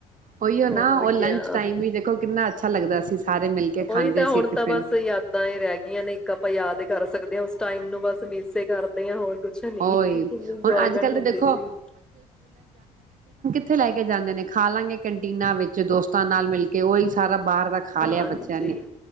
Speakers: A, on the right; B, in the centre.
A: ਉਹੀਓ
B: ਹੋਰ
A: ਨਾ ਉਹ
B: ਕਿਆ
A: ਲੰਚ ਟਾਈਮ ਵੀ ਦੇਖੋ ਕਿੰਨਾ ਅੱਛਾ ਲੱਗਦਾ ਸੀ। ਸਾਰੇ ਮਿਲ ਕੇ
B: ਉਹੀ
A: ਖਾਂਦੇ
B: ਤਾਂ ਹੁਣ
A: ਸੀ
B: ਤਾਂ
A: ਟਿਫਿਨ
B: ਬਸ ਯਾਦਾਂ ਹੀ ਰਹਿ ਗਈਆਂ ਨੇ ਇੱਕ ਆਪਾਂ ਯਾਦ ਕਰ ਸਕ ਦੇ ਉਸ ਟਾਈਮ ਨੂੰ ਬਸ ਮਿਸ ਕਰਦੇ ਹਾਂ ਹੋਰ ਕੁਛ ਨੀ
A: ਉਹੀ
B: ਕਿੰਨੀ ਇੰਜੋਏਮੈਂਟ
A: ਹੁਣ ਅੱਜ ਕੱਲ੍ਹ
B: ਹੁੰਦੀ
A: ਤਾਂ ਦੇਖੋ
B: ਸੀ
A: ਉੱਥੇ ਲੈ ਕੇ ਜਾਂਦੇ ਨੇ ਖਾ ਲਾਂਗੇ ਕੈਟੀਨਾਂ ਵਿੱਚ ਦੋਸਤਾਂ ਨਾਲ ਮਿਲ ਕੇ ਉਹੀ ਸਾਰਾ ਬਾਹਰ ਦਾ ਖਾ
B: ਹਾਂਜੀ
A: ਲਿਆ, ਬੱਚਿਆਂ ਨੇ